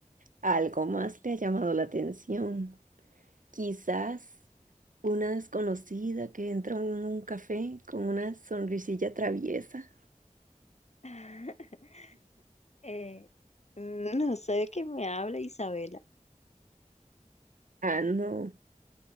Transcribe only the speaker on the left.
<laughs> Eh, no sé de qué me habla Isabela.